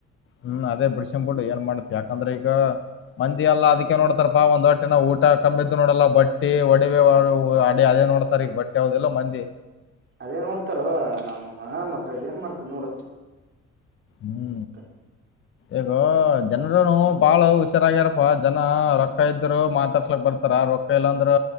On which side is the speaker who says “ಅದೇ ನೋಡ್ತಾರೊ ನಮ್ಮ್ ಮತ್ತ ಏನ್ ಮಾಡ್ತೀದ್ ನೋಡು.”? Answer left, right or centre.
Right